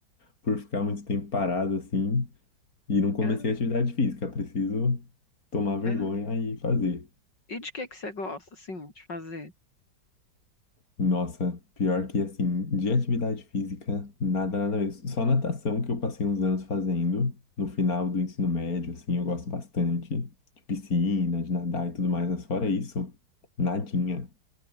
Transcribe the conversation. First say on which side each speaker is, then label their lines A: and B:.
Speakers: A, on the left (about 45°); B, on the left (about 60°).
A: por ficar muito tempo parado assim e não comecei
B: né?
A: a atividade física. Preciso tomar vergonha
B: né?
A: e fazer.
B: E de que que você gosta assim de fazer?
A: Nossa, pior que assim, de atividade física, nada, nada mesmo. Só natação que eu passei uns anos fazendo no final do ensino médio, assim, eu gosto bastante de piscina, de nadar e tudo mais, mas fora isso, nadinha.